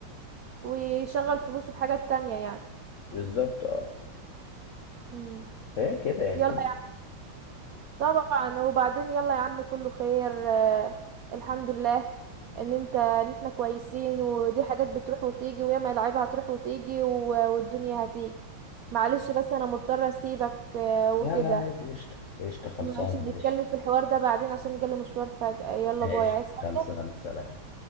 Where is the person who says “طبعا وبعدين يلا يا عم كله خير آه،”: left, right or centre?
Right